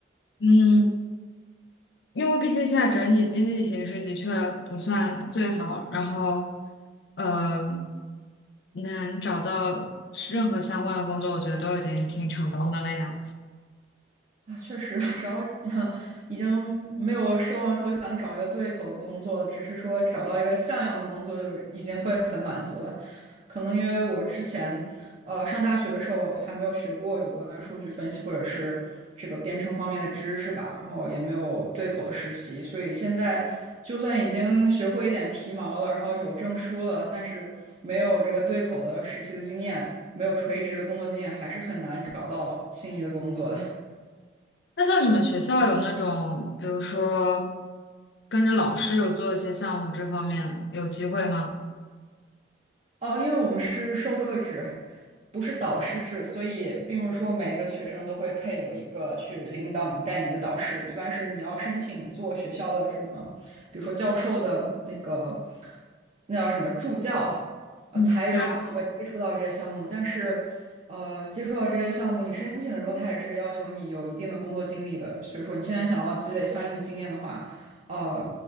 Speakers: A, on the left; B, on the right.
A: 嗯，因为毕竟现在整体经济形势的确不算最好，然后呃能找到任何相关的工作，我觉得都已经挺成功的了呀。
B: 啊，确实，只要 <laughs> 已经没有奢望说想找一个对口的工作了，只是说找到一个像样的工作，就已经会很满足了。可能因为我之前，呃，上大学的时候还没有学过有关数据分析或者是这个编程方面的知识吧，然后也没有对口的实习，所以现在就算已经学会一点皮毛了，然后有证书了，但是没有这个对口的实习的经验，没有垂直的工作经验，还是很难找到心仪的工作的。
A: 那像你们学校有那种，比如说跟着老师有做一些项目这方面，有机会吗？
B: 哦，因为我们是授课制，不是导师制，所以并不是说每一个学生都会配有一个去领导你、带你的导师。一般是你要申请做学校的这么，比如说教授的那个，那叫什么助教，呃，
A: 嗯，
B: 才有可能会接触到这些项目。
A: 对啊，
B: 但是，呃，接触到这些项目，你申请的时候，他也是要求你有一定的工作经历的。所以说，你现在想要积累相应的经验的话，呃。